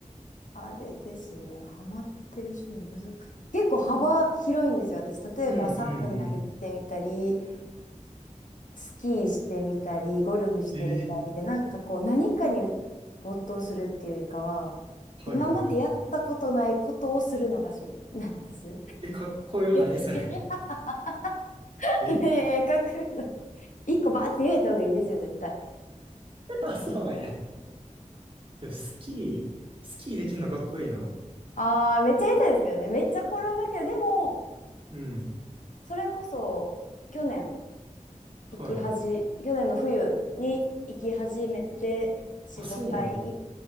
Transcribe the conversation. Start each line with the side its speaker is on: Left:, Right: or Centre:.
Left: あれですね。ハマってる趣味難しい。結構幅広いんですよ、私。例えばサウナ行ってみたり、
Right: うんうんうん。
Left: スキーしてみたり、ゴルフしてみたりで、
Right: ええ
Left: なんかこう、何かに没頭するっていうよりかは、
Right: はいはいはい。
Left: 今までやったことないことをするのが趣味なんです。
Right: え、かっこよない
Left: <laughs> い
Right: <laughs> それ。<laughs> え
Left: やいやいや、かっこよくない一個バーって言えた方がいいですよ、絶対。
Right: あ、そうなんや。えスキー、スキーできんのかっこいいな。
Left: ああ、めっちゃ下手ですけどね。めっちゃ転ぶけど、でも、
Right: うん。
Left: それこそ、去年、
Right: はい。
Left: 行きはじ、去年の冬に行き始めて、
Right: あ、
Left: 4、
Right: そうなんや。
Left: 5回行っ